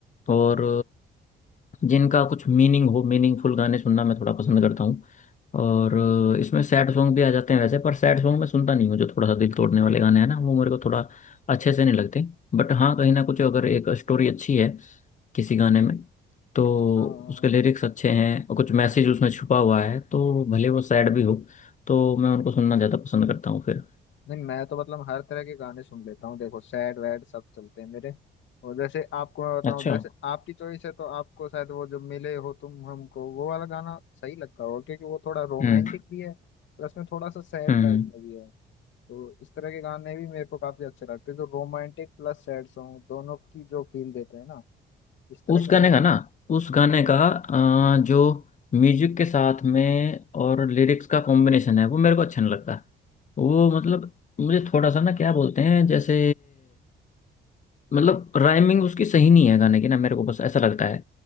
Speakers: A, on the left (about 40°); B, on the left (about 70°).
A: और जिनका कुछ मीनिंग हो मीनिंगफुल गाने सुनना मैं थोड़ा पसंद करता हूँ और अ, इसमें सैड सॉन्ग भी आ जाते हैं वैसे पर सैड सॉन्ग मैं सुनता नहीं हूँ जो थोड़ा सा दिल तोड़ने वाले गाने हैं ना वो मेरे को थोड़ा अच्छे से नहीं लगते बट हाँ कहीं ना कुछ अगर एक स्टोरी अच्छी है किसी गाने में तो
B: हाँ
A: उसके लिरिक्स अच्छे हैं और कुछ मैसेज उसमें छुपा हुआ है तो भले वो सैड भी हो तो मैं उनको सुनना ज़्यादा पसंद करता हूँ फिर
B: नहीं मैं तो मतलब हर तरह के गाने सुन लेता हूँ देखो सैड वैड सब चलते हैं मेरे और जैसे आपको मैं बताऊं
A: अच्छा
B: जैसे आपकी चॉइस है तो आपको शायद वो जब मिले हो तुम हमको वो वाला गाना सही लगता होगा क्योंकि वो थोड़ा रोमांटिक
A: हम्म
B: भी है प्लस में थोड़ा सा सैड
A: हम्म
B: टाइप में भी है तो इस तरह के गाने भी मेरे को काफी अच्छे लगते हैं जो रोमांटिक प्लस सैड सॉन्ग दोनों की जो फील देते हैं ना इस तरह
A: उस
B: के
A: गाने
B: मैं
A: का ना उस गाने का अ, जो म्यूजिक के साथ में और लिरिक्स का कॉम्बिनेशन है वो मेरे को अच्छा नहीं लगता वो मतलब मुझे थोड़ा सा ना क्या बोलते हैं जैसे मतलब राइमिंग उसकी सही नहीं है गाने की ना मेरे को बस ऐसा लगता है